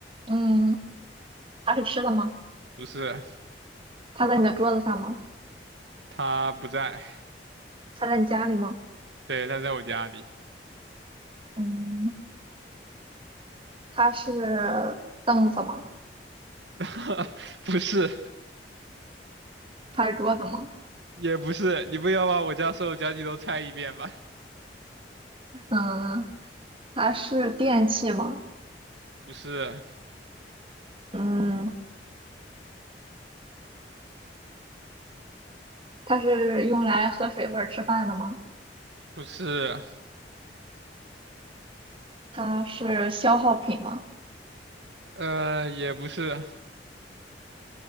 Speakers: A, on the right; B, on the right.
A: 嗯，它是吃的吗？
B: 不是，
A: 它在你的桌子上吗？
B: 他不在，
A: 它在你家里吗？
B: 对，他在我家里。
A: 嗯，它是凳子吗？
B: <laughs> 不是，
A: 它是桌子吗？
B: 也不是，你不要把我家所有家具都拆一遍吧？
A: 嗯，它是电器吗？
B: 不是，
A: 嗯，它是用来喝水或者吃饭的吗？
B: 不是，
A: 它是消耗品吗？
B: 呃，也不是。